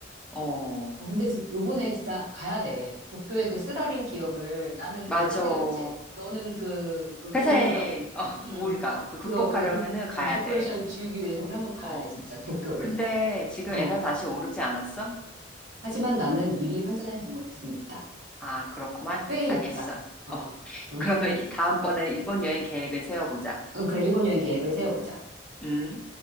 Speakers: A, in the centre; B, on the right.
A: 어,
B: 어, 근데 진, 요번에 진짜 가야 돼. 도쿄의 그 쓰라린 기억을 나는
A: 맞아.
B: 그 카드
A: 어,
B: 결제, 너는 그, 그
A: 회사에
B: 우울감.
A: 어, <laughs>
B: 음,
A: 우울감 그 극복하려면은
B: 그거 그 디,
A: 가야
B: 어, 디프레션을
A: 돼.
B: 지우기 위해서 우리 한번 가야
A: 어,
B: 돼, 진짜 도쿄를.
A: 근데 지금
B: 어.
A: 에너 다시 오르지 않았어?
B: 하지만 나는 미리 환전해 둔 것들이 있다.
A: 아, 그렇구만.
B: 꽤
A: 알겠어.
B: 있다. 어.
A: 어, <laughs>
B: 응,
A: 그러면 이 다음번엔 일본 여행 계획을 세워보자.
B: 응, 그래, 일본 여행 계획을 세워보자.
A: 음.